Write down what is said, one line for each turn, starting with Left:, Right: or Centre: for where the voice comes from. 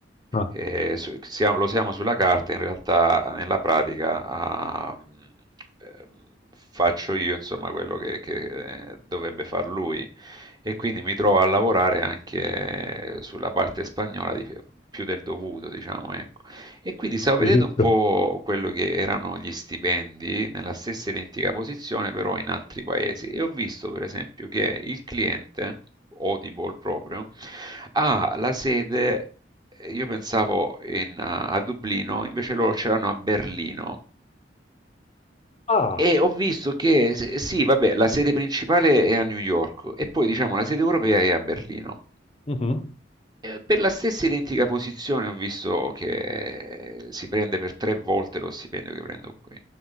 Left: Ah,
Right: eh, su- siamo- lo siamo sulla carta, in realtà nella pratica ah, Ehm, faccio io insomma quello che, che eh, dovrebbe far lui e quindi mi trovo a lavorare anche sulla parte spagnola di- più del dovuto, diciamo, ecco. E quindi stavo
Left: capisco.
Right: vedendo un po' quello che erano gli stipendi nella stessa identica posizione, però in altri paesi, e ho visto per esempio che il cliente, Audible proprio, ha la sede, io pensavo in- a Dublino, invece loro ce l'hanno a Berlino.
Left: Ah,
Right: E ho visto che, se- sì, vabbè, la sede principale è a New York e poi diciamo la sede europea è a Berlino.
Left: mhm.
Right: Eh, Per la stessa identica posizione ho visto che eh, si prende per tre volte lo stipendio che prendo qui.